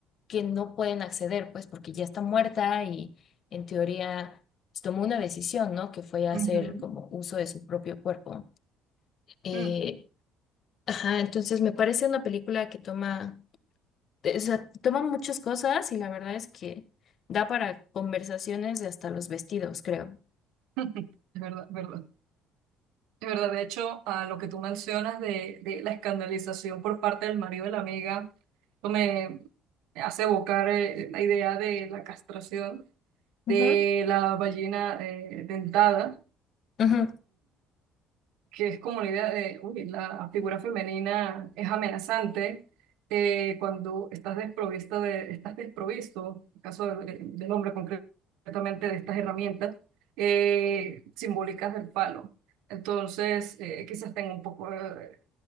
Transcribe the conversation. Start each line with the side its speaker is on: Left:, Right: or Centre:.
Left: que no pueden acceder, pues porque ya está muerta y en teoría pues, tomó una decisión, ¿no? Que fue hacer
Right: ujú,
Left: como uso de su propio cuerpo. Eh,
Right: mm,
Left: ajá, entonces me parece una película que toma, o sea, toma muchas cosas y la verdad es que da para conversaciones de hasta los vestidos, creo.
Right: <laughs> es verdad, verdad. Es verdad, de hecho, a lo que tú mencionas de, de la escandalización por parte del marido de la amiga, eso me, me hace evocar eh, la idea de la castración
Left: Ujú,
Right: de la ballena eh, dentada
Left: ujú,
Right: que es como la idea de, uy, la figura femenina es amenazante eh, cuando estás desprovisto de, estás desprovisto, en el caso de- del hombre concretamente, de estas herramientas eh, simbólicas del palo. Entonces, eh, quizás tenga un poco eh,